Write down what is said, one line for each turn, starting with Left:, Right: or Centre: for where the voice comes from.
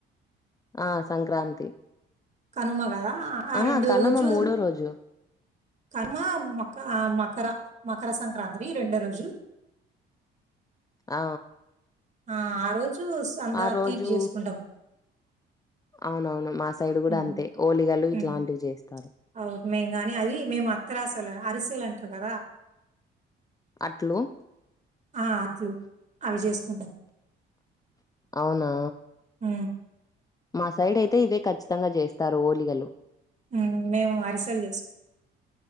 Left: ఆ సంక్రాంతి
Right: కనుమ కదా ఆ
Left: ఆహా
Right: రెండో
Left: కనుమ
Right: రోజు
Left: మూడో రోజు
Right: కనుమ మక ఆ మకర మకర సంక్రాంతికి రెండో రోజు
Left: ఆ
Right: ఆ ఆ రోజు అంతా
Left: ఆ రోజు
Right: తీపి చేసుకుంటాం
Left: అవునవును మా సైడ్ కూడా
Right: హ్మ్.
Left: అంతే ఓలిగలు
Right: హ్మ్.
Left: ఇట్లాంటివి చేస్తారు
Right: అవును మేము కానీ అది మేము అత్తరాసలు అరిసెలు అంటారు కదా
Left: అట్లు
Right: ఆ అట్లు అవి చేసుకుంటాం
Left: అవునా
Right: ఊ
Left: మా సైడ్ అయితే ఇవే ఖచ్చితంగా చేస్తారు ఓలిగలు
Right: ఊ మేము అరిసల్ చేసుకుంటం